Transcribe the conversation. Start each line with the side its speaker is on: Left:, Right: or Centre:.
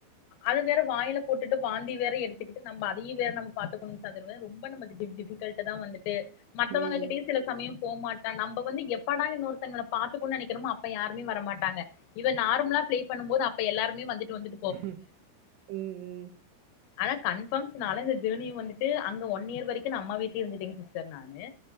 Left: அது வேற வாயில போட்டுட்டு வாந்தி வேற எடுத்துக்கிட்டு நம்ப அதையு வேற நம்ம பாத்துக்கணு சகர்த ரொம்ப நமக்கு டிஃப் டிஃபிக்கல்ட்டு தா வந்து ட்டு மத்தவ்ங்ககிட்டயு
Right: ம்.
Left: சில சமயம் போமாட்டா நம்ப வந்து எப்படா இன்னொருத்தங்கள பாத்துகோன் நெனைக்கிறமோ அப்ப யாருமே வர மாட்டாங்க இவ நார்ம்லா ப்ளே பண்ணும்போது அப்ப எல்லாருமே வந்துட்டு வந்துட்
Right: ம் ம்
Left: ஆனா கன்ஃபார்ம்ஸ் நாலா இந்த ஜர்னிய வந்துட்டு அங்க ஒன் இயர் வரைக்கூ நா அம்மா வீட்லியே இருந்துட்டேங்க சிஸ்டர் நானு